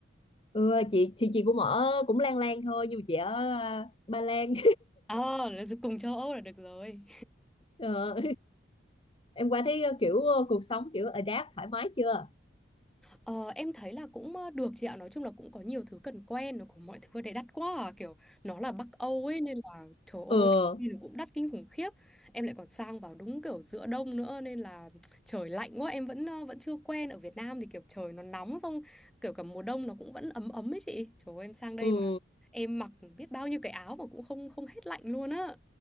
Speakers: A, on the left (about 25°); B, in the centre.
A: ừ, chị thì chị cũng ở cũng lang lang thôi nhưng mà chị ở ờ, Ba Lan
B: Ờ, là cùng châu Âu là được rồi.
A: <laughs> ờ, em qua thấy ờ, kiểu ờ, cuộc sống kiểu adapt thoải mái chưa
B: Ờ, em thấy là cũng ờ, được chị ạ Nói chung là cũng có nhiều thứ cần quen Nó cũng mọi thứ ở đấy đắt quá à. Kiểu nó là Bắc Âu ấy Nên là trời ơi
A: ờ
B: nhìn cũng đắt kinh khủng khiếp Em lại còn sang vào đúng kiểu giữa đông nữa Nên là trời lạnh quá Em vẫn ờ, vẫn chưa quen Ở Việt Nam thì kiểu trời nó nóng Xong kiểu cả mùa đông nó cũng vẫn ấm ấm ấy chị Trời ơi em sang đây
A: ừ
B: mà em mặc biết bao nhiêu cái áo Mà cũng không không hết lạnh luôn á